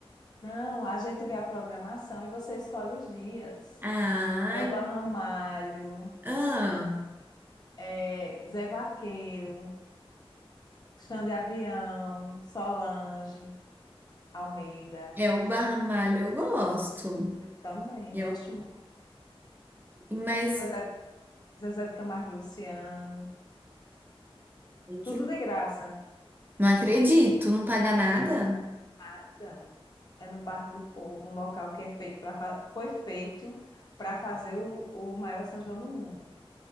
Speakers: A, on the left; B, on the right.
A: Não, a gente vê a programação e você escolhe os dias.
B: Ai,
A: É o Barramalho,
B: ah,
A: é Zé Vaqueiro. Xande Avião, Solange, Almeida.
B: É, o Barramalho eu gosto.
A: Eu também
B: Eu,
A: gosto muito.
B: mas,
A: Zezé, Zezé de Camargo e Luciano.
B: ai, que-
A: Tudo de graça.
B: não acredito, não paga nada?
A: Nada. É no Parque do Povo, um local que é feito para foi feito para fazer o, o maior São João do mundo.